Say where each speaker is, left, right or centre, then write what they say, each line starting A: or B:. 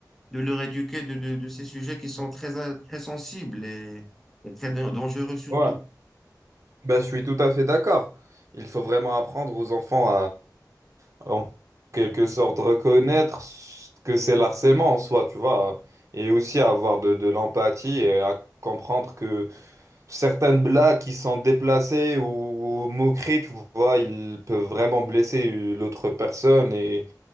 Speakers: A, in the centre; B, on the right.
A: de leur éduquer de, de, de ces sujets qui sont très, euh, très sensibles et, et très dan- dangereux surtout.
B: Ouais, bah, je suis tout à fait d'accord. Il faut vraiment apprendre aux enfants en quelque sorte reconnaître ce que c'est le harcèlement en soi, tu vois, hein. et aussi avoir de, de l'empathie et à comprendre que certaines blagues qui sont déplacées ou moqueries, tu vois, ils peuvent vraiment blesser l'autre personne et,